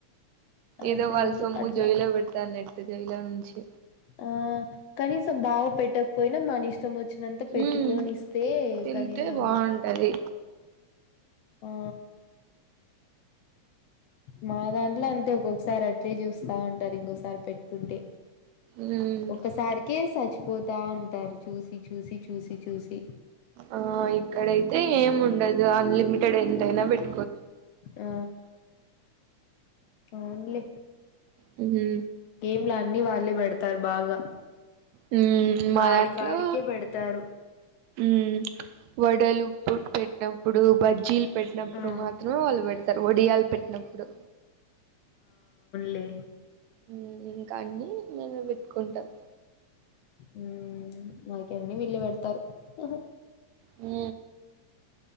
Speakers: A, on the right; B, on the left.
A: ఏదో
B: అసలు
A: వాళ్ళ సొమ్ము
B: అట్లా
A: జోబీలో పెడతాన్నట్లు జైలో నుంచి
B: ఆ కనీసం బావ పెట్టకపోయినా మన ఇష్టం వొ చ్చినంత పెట్టుకొని
A: మ్మ్
B: ఇస్తే
A: తింటే
B: కనీసం
A: బాగుంటది
B: ఆ మా దాంట్లో అంతే ఒక్కొక్కసారి అట్టే చూస్తా ఉంటారు ఇంకోసారి పెట్టుకుంటే
A: మ్మ్
B: ఒకసారికే చచ్చిపోతా ఉంటారు. చూసి చూసి చూసి చూసి
A: ఆ ఇక్కడైతే ఏమి ఉండదు అన్లిమిటెడ్ ఎంతైనా పెట్
B: ఆ అవునలే
A: హు
B: ఉన్నలే అన్నీ వాళ్లే పెడతారు బాగా
A: యూ
B: ఇంగ
A: మా
B: ఆడికాడికే
A: దాంట్లో
B: పెడతారు
A: యూ వడలు గుడ్ పెట్టప్పుడు బజ్జీ పెట్టినప్పుడు
B: ఆ
A: మాత్రమే వాళ్ళు పెడతారు వోడియాలు పెట్టినప్పుడు
B: లే
A: ఉ ఇంకా అన్ని మేమే పెట్టుకుంటాం
B: ఉ నాకి అన్ని వీళ్ళే పెడతారు హా
A: హు